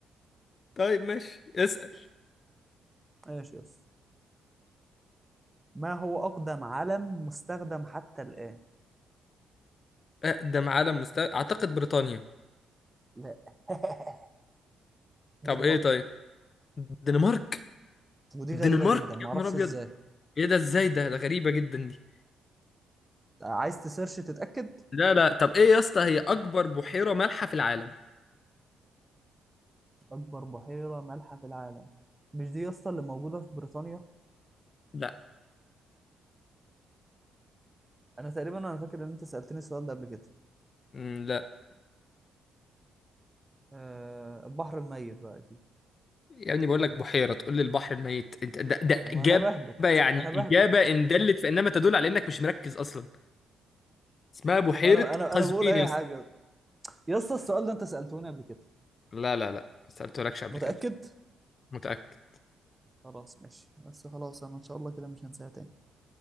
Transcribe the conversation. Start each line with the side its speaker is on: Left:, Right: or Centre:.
Left: طيب ماشي اسأل
Right: ماشي يا اسطى ما هو اقدم علم مستخدم حتى الان
Left: اقدم عالم مستوى اعتقد بريطانيا
Right: لا <laughs> الدنمارك
Left: طب ايه طيب الدنمارك
Right: ودي
Left: الدنمارك
Right: غريبه جدا ما
Left: يا
Right: اعرفش
Left: نهار ابيض
Right: ازاي
Left: ايه ده ازاي ده ده غريبة جدا دي
Right: عايز تسيرش تتاكد
Left: لا لا طب ايه يا اسطى هي اكبر بحيرة مالحة في العالم
Right: اكبر بحيره مالحه في العالم مش دي يا اسطى اللي موجوده في بريطانيا
Left: لا
Right: انا تقريبا انا فاكر ان انت سالتني السؤال ده قبل كده
Left: م، لا
Right: أه البحر الميت بقى اكيد
Left: يا ابني بقول لك بحيرة تقول لي البحر الميت انت ده, ده
Right: طب
Left: إجابة
Right: ما انا بهبد
Left: يعني
Right: انا بهبد
Left: إجابة إن دلت فإنما تدل على إنك مش مركز أصلا اسمها بحيرة
Right: ما انا انا
Left: قزوين
Right: انا بقول اي
Left: يا اسطى
Right: حاجه يا اسطى السؤال ده انت سالتوني قبل كده
Left: لا لا لا ما سألتلكش قبل
Right: متاكد
Left: كده متأكد
Right: خلاص ماشي بس خلاص انا ان شاء الله كده مش هنساها تاني